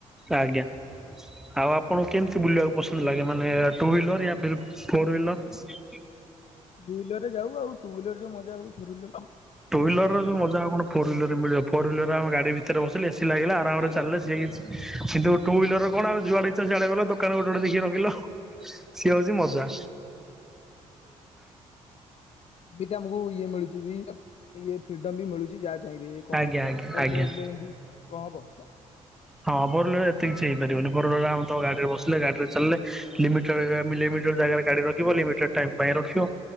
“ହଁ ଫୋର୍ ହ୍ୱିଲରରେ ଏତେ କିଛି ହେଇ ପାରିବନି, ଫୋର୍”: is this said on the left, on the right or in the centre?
Centre